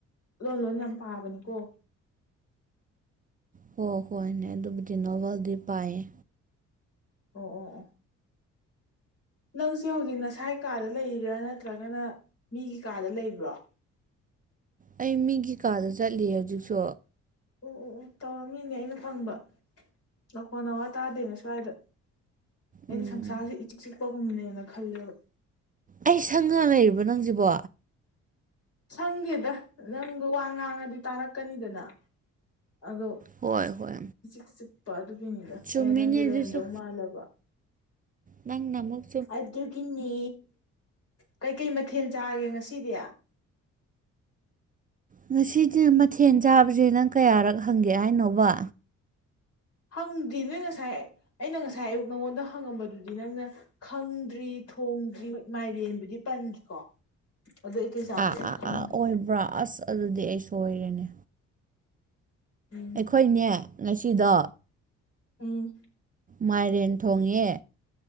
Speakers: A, on the left; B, on the right.
A: ꯂꯣꯟ ꯂꯣꯟ ꯌꯥꯝ ꯄꯥꯕꯅꯤꯀꯣ
B: ꯍꯣ ꯍꯣꯏꯅꯦ ꯑꯗꯨꯕꯨꯗꯤ ꯅꯣꯕꯦꯜꯗꯤ ꯄꯥꯏꯌꯦ
A: ꯑꯣ ꯑꯣ ꯑꯣ ꯅꯪꯁꯦ ꯍꯧꯖꯤꯛ ꯅꯁꯥꯏꯒꯤ ꯀꯥꯗ ꯂꯩꯕ꯭ꯔꯥ ꯅꯠꯇ꯭ꯔꯒꯅ ꯃꯤꯒꯤ ꯀꯥꯗ ꯂꯩꯕ꯭ꯔꯣ
B: ꯑꯩ ꯃꯤꯒꯤ ꯀꯥꯔꯗ ꯆꯠꯂꯤ ꯍꯧꯖꯤꯛꯁꯨ
A: ꯎ ꯎ ꯎ ꯇꯧꯔꯝꯃꯤꯅꯦ ꯑꯩꯅ ꯐꯪꯕ ꯅꯈꯣꯟ ꯅꯋꯥ ꯇꯥꯗꯦꯅ ꯁ꯭ꯋꯥꯏꯗ ꯑꯩꯅ
B: ꯎꯝ
A: ꯁꯪꯁꯥꯔꯁꯤꯦ ꯏꯆꯤꯛ ꯆꯤꯛꯄꯒꯨꯝꯅꯦꯅ ꯈꯜꯂꯦꯕ
B: ꯑꯩ ꯁꯪ ꯉ ꯂꯩꯔꯤꯕ ꯅꯪꯁꯤꯕꯣ
A: ꯁꯪꯗꯦꯗ ꯅꯪꯗꯣ ꯋꯥ ꯉꯥꯡꯉꯗꯤ ꯇꯥꯔꯛꯀꯅꯤꯗꯅ ꯑꯗꯣ
B: ꯍꯣꯏ ꯍꯣꯏ
A: ꯆꯤꯛ ꯆꯤꯛꯄ ꯑꯗꯨꯒꯤꯅꯤꯗ
B: ꯆꯨꯝꯃꯤꯅꯦ
A: ꯑꯩꯅ ꯅꯪꯗꯤ ꯂꯩꯔꯝꯗꯧ
B: ꯑꯗꯨꯁꯨ
A: ꯃꯥꯜꯂꯕ
B: ꯅꯪꯅ ꯑꯃꯛ
A: ꯑꯗꯨꯒꯤꯅꯦ ꯀꯩꯀꯩ ꯃꯊꯦꯜ ꯆꯥꯒꯦ ꯉꯁꯤꯗꯤ
B: ꯉꯁꯤꯗꯤ ꯃꯊꯦꯜ ꯆꯥꯕꯁꯦ ꯅꯪ ꯀꯌꯥꯔꯛ ꯍꯪꯒꯦ ꯍꯥꯏꯅꯣꯕ
A: ꯍꯪꯗ꯭ ꯅꯣꯏ ꯉꯁꯥꯏ ꯑꯩꯅ ꯉꯁꯥꯏ ꯑꯌꯨꯛ ꯅꯪꯉꯣꯟꯗ ꯍꯪꯉꯝꯕꯗꯨꯗꯤ ꯅꯪꯅ ꯈꯪꯗ꯭ꯔꯤ ꯊꯣꯡꯗ꯭ꯔꯤ ꯍꯣꯏ ꯃꯥꯏꯔꯦꯟꯕꯨꯗꯤ ꯄꯟꯈꯤꯀꯣ ꯑꯗꯨꯗ ꯑꯩ ꯀꯩ ꯆꯥꯕꯅꯣꯗꯤ
B: ꯑꯥ ꯑꯥ
A: ꯈꯪꯒꯦ
B: ꯑꯥ ꯑꯣꯏꯕ꯭ꯔꯥ ꯑꯁ ꯑꯗꯨꯗꯤ ꯑꯩ ꯁꯣꯏꯔꯦꯅꯦ
A: ꯎꯝ
B: ꯑꯩꯈꯣꯏꯅꯦ ꯉꯁꯤꯗꯣ
A: ꯎꯝ
B: ꯃꯥꯏꯔꯦꯟ ꯊꯣꯡꯉꯦ